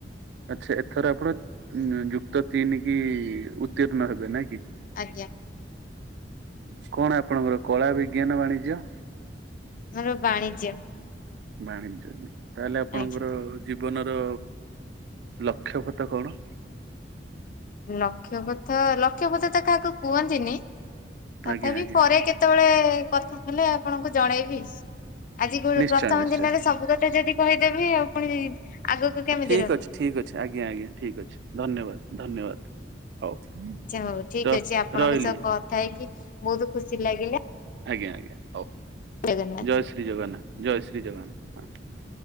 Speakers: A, on the right; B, on the left.
A: ଆଚ୍ଛା ଏଥର ଆପଣ ଉ ଯୁକ୍ତ ତିନି କି ଉତ୍ତୀର୍ଣ୍ଣ ହେବେ ନାଇ କି?
B: ଆଜ୍ଞା।
A: କଣ ଆପଣଙ୍କର କଳା ବିଜ୍ଞାନ ବାଣିଜ୍ୟ?
B: ମୋର ବାଣିଜ୍ୟ।
A: ବାଣିଜ୍ୟ ନାଇ ତାହେଲେ ଆପଣଙ୍କର
B: ଆଜ୍ଞା
A: ଜୀବନର ଲକ୍ଷ୍ୟ ଫତା କଣ?
B: ଲକ୍ଷପଥ ଲକ୍ଷପଥ ତ କାହାକୁ କୁହନ୍ତିନି ତଥାପି
A: ଆଜ୍ଞା ଆଜ୍ଞା
B: ପରେ କେ କେତେବେଳେ କଥା ହେଲେ ଆପଣଙ୍କୁ ଜଣେଇବି ଆଜି ଗୁଳ
A: ନିଶ୍ଚୟ
B: ପ୍ରଥମ
A: ନିଶ୍ଚୟ
B: ଦିନରେ ସବୁ କଥା ଯଦି କହିଦେବି ଆଉ ପୁଣି ଆଗକୁ କେମିତି
A: ଠିକ
B: ରଖିବି
A: ଅଛି ଠିକ ଅଛି ଆଜ୍ଞା ଆଜ୍ଞା ଠିକ ଅଛି ଧନ୍ୟବାଦ ଧନ୍ୟବାଦ। ହଉ।
B: ଆଛା ହଉ ଠିକ
A: ର
B: ଅଛି ଆପଣଙ୍କ
A: ରହିଲି
B: ସହ କଥା ହେଇକି ବହୁତ ଖୁସି ଲାଗିଲା
A: ଆଜ୍ଞା ଆଜ୍ଞା ହଉ
B: ଜଗନ୍ନାଥ।
A: ଜୟ ଶ୍ରୀ ଜଗନ୍ନାଥ ଜୟ ଶ୍ରୀ ଜଗନ୍ନାଥ ହଁ।